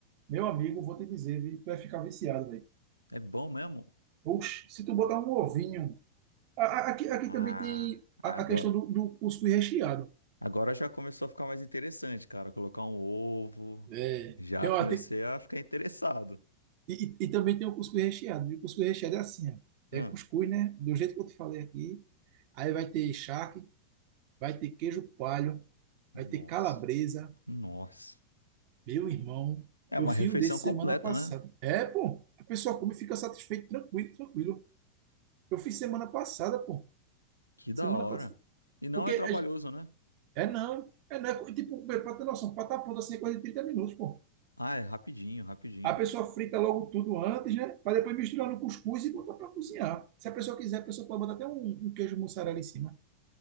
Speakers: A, on the right; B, on the left.
A: Meu amigo, vou te dizer, vi- tu vai ficar viciado, velho.
B: É bom mesmo?
A: Oxe, se tu botar um ovinho. A- a- Aqui, aqui
B: Ah,
A: também tem
B: agora,
A: a, a questão do, do cuscuz recheado.
B: agora já começou a ficar mais interessante, cara. Colocar um ovo.
A: É.
B: Já
A: Tem,
B: comecei
A: uma- tem-
B: a ficar interessado.
A: e, e- e também tem o cuscuz recheado. E o cuscuz recheado é assim, ó.
B: Ah,
A: É cuscuz, né? Do jeito que eu te falei aqui. Aí vai ter charque, vai ter queijo coalho,
B: nossa,
A: vai ter calabresa.
B: nossa.
A: Meu irmão,
B: É
A: eu
B: uma
A: fiz
B: refeição
A: um desse
B: completa,
A: semana passada.
B: né?
A: É, pô, a pessoa come e fica satisfeito, tranquilo, tranquilo. Eu fiz semana passada, pô.
B: Que
A: Semana
B: da hora.
A: passada.
B: E não
A: Porque
B: é
A: é,
B: trabalhoso, né?
A: é não, é não. é Tipo, pra ter noção, pra estar pronto assim é coisa de 30 minutos, pô.
B: Ah, é rapidinho, rapidinho.
A: A pessoa frita logo tudo antes, né? Pra depois misturar no cuscuz e botar pra cozinhar. Se a pessoa quiser, a pessoa pode botar até um, um queijo mussarela em cima.